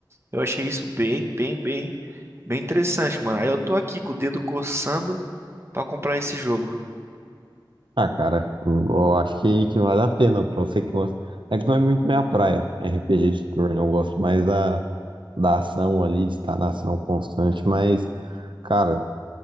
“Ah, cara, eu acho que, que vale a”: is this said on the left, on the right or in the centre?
Right